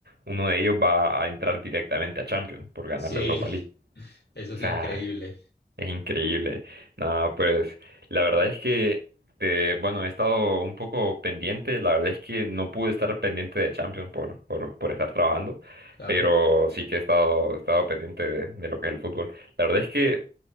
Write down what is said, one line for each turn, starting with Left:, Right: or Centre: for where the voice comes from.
Right: uno de ellos va a entrar directamente a Champions por ganar
Left: sí,
Right: la Europa League.
Left: eso
Right: O
Left: es
Right: sea,
Left: increíble,
Right: Es increíble. Nada, pues la verdad es que, eh, bueno, he estado un poco pendiente. La verdad es que no pude estar pendiente de Champions por, por, por estar trabajando,
Left: claro.
Right: pero sí que he estado, he estado pendiente de, de lo que es el fútbol. La verdad es que